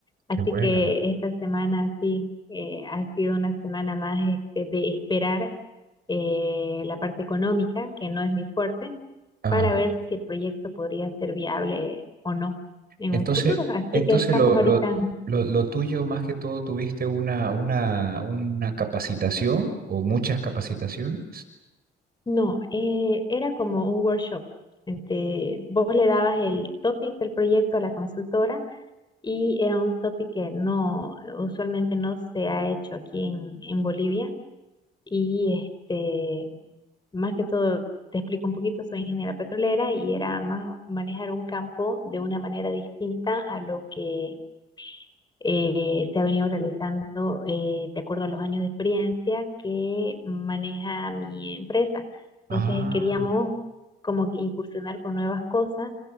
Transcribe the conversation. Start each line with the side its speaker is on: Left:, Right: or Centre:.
Left: así
Right: Qué bueno.
Left: que esta semana sí eh, ha sido una semana más este, de esperar eh, la parte económica, que no es mi fuerte,
Right: Ah,
Left: para ver si el proyecto podría ser viable o no en
Right: entonces,
Left: un futuro. Así
Right: entonces
Left: que estamos
Right: lo,
Left: ahorita
Right: lo, lo, lo tuyo más que todo tuviste una, una, una capacitación o muchas capacitaciones.
Left: No, eh, era como un workshop. Ente- vos le dabas el topic del proyecto a la consultora y era un topic que no, usualmente no se ha hecho aquí en, en Bolivia. Y este, más que todo, te explico un poquito, soy ingeniera petrolera y era más manejar un campo de una manera distinta a lo que eh, se ha venido realizando eh, de acuerdo a los años de experiencia que maneja mi empresa. Entonces
Right: Ah,
Left: queríamos como que incursionar con nuevas cosas